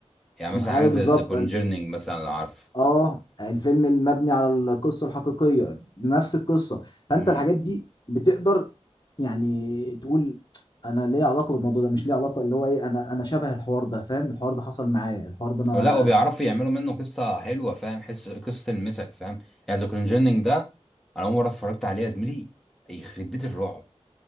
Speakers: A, in the centre; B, on the left.
A: يعني
B: م-
A: مثلا
B: ايوه
A: حاجة زي
B: بالظبط
A: ذا كونجرنينج مثلا لو عارفه
B: اه الفيلم المبني على القصه الحقيقيه نفس القصه فانت
A: امم.
B: الحاجات دي بتقدر يعني تقول انا ليه علاقه بالموضوع ده مش ليه علاقه اللي هو ايه انا انا شبه الحوار ده فاهم الحوار ده حصل معايا الحوار ده انا
A: لا وبيعرفوا يعملوا منه قصه حلوه فاهم حس قصه تلمسك فاهم يعني ذا كونجيننج ده انا اول مره اتفرجت عليه يا زميلي يخرب بيت الرعب